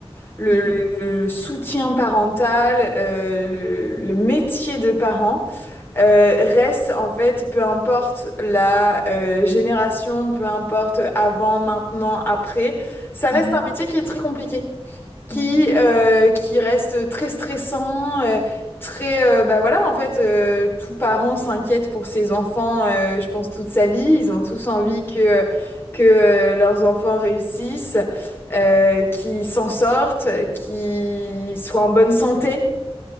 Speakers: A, on the left; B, on the left.
A: le,
B: Mhm,
A: le, le- le soutien parental, euh, le, le métier de parent. euh, reste en fait, peu importe la euh, génération, peu importe avant, maintenant, après, ça reste
B: mhm,
A: un métier qui est très compliqué, qui
B: oui.
A: euh, qui reste très stressant, euh, très euh, bah voilà en fait, euh, tout parent s'inquiète pour ses enfants, euh, je pense toute sa vie, ils ont tous envie
B: Mmh.
A: que que euh, leurs enfants réussissent, euh, qu'ils s'en sortent, qu'ils soient en bonne santé.